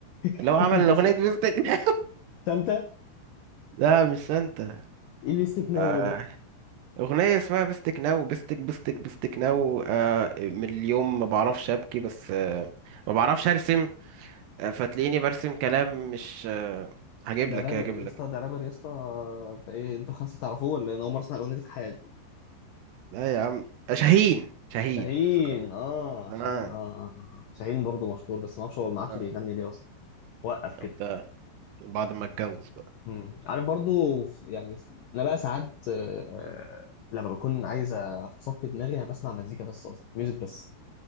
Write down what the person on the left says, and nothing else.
<laughs>
بيستك
سانتا
ايه بيستك نو
ده؟
ده
رابر
يا
اسطى ده رابر يا اسطى ده ايه انتوا خمسه تعرفوه ولا إيه؟ انا اول مره اسمع الاغنيه دي في حياتي
شاهين
اه
شاهين اه اه آه. شاهين برضه مشهور بس ما اعرفش هو ما عادش
بيغني ليه اصلا وقف كده
مم. عارف برضو ف- يعني ف- انا بقى ساعات آه، لما بكون عايز اصفي دماغي انا بسمع مزيكا بس اصلا ميوزك بس